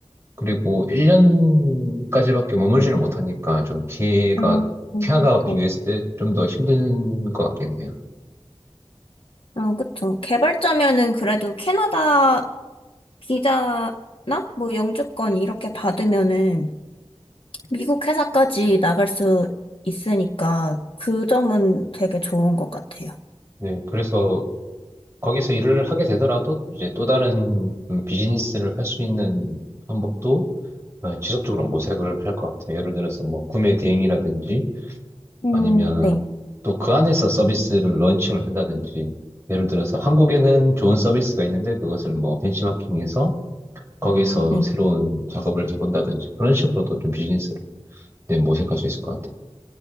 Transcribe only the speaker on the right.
그리고 1년까지밖에 머물지를 못하니까 좀 기회가
캐나다와
비교했을 때 좀 더 힘든 것 같긴 해요.
네, 그래서 거기서 일을 하게 되더라도 이제 또 다른 좀 비즈니스를 할 수 있는 방법도 아, 지속적으로 모색을 할 것 같아요. 예를 들어서 뭐 구매 대행이라든지
아니면
또 그 안에서 서비스를 런칭을 한다든지 예를 들어서 한국에는 좋은 서비스가 있는데 그것을 뭐 벤치마킹해서 거기서
새로운 작업을 해본다든지 그런 식으로도 좀 비즈니스를 네, 모색할 수 있을 것 같아요.